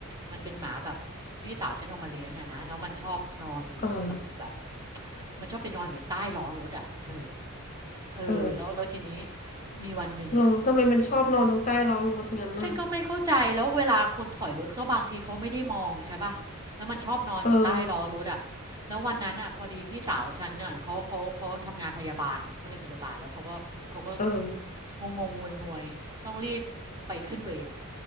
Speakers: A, on the right; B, on the left.
A: มันเป็นหมาแบบพี่สาวฉันเอามาเลี้ยงอะนะแล้วมันชอบนอนอยู่ตรงแบบ
B: เออ
A: มันชอบไปนอนอยู่ใต้ล้อรถอะเธอเออแล้วแล้วทีนี้
B: เออ
A: มีวันหนึ่งอ่ะ
B: เราทำไมมันชอบนอนตรงใต้ล้อรถงั้นน่ะ
A: ฉันก็ไม่เข้าใจแล้วเวลาคนถอยรถก็บางทีเขาไม่ได้มองใช่ป่ะแล้วมันชอบนอนอยู่ใต้ล้อรถอะแล้ววันนั้นอ่ะพอดีพี่สาวฉันเน่ยเขาเขาเขาทำงานพยาบาลเขาเป็นพยาบาลแล้วเขาก็เขาก็
B: เออเออ
A: งงงงวยๆต้องรีบไปขึ้นเวร